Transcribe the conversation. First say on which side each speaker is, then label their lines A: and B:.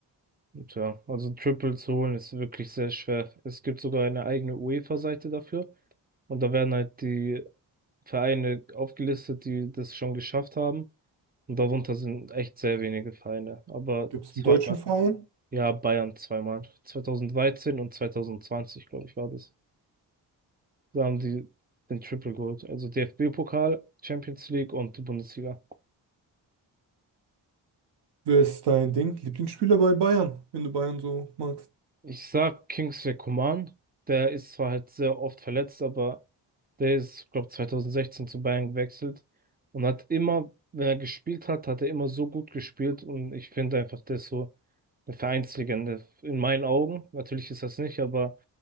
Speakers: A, on the right (about 20°); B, on the right (about 55°).
A: Tja, also Triple zu holen ist wirklich sehr schwer. Es gibt sogar eine eigene UEFA-Seite dafür und da werden halt die Vereine aufgelistet, die das schon geschafft haben. Und darunter sind echt sehr wenige Vereine. Aber
B: Gibt es
A: zweimal,
B: einen deutschen Verein?
A: ja, Bayern zweimal. 2013 und 2020, glaube ich, war das. Da haben die den Triple geholt. Also DFB-Pokal, Champions League und die Bundesliga.
B: Wer ist dein Ding? Lieblingsspieler bei Bayern, wenn du Bayern so magst.
A: Ich sag Kingsley Coman. Der ist zwar halt sehr oft verletzt, aber der ist, glaube 2016 zu Bayern gewechselt und hat immer, wenn er gespielt hat, hat er immer so gut gespielt und ich finde einfach, der ist so eine Vereinslegende in meinen Augen. Natürlich ist das nicht, aber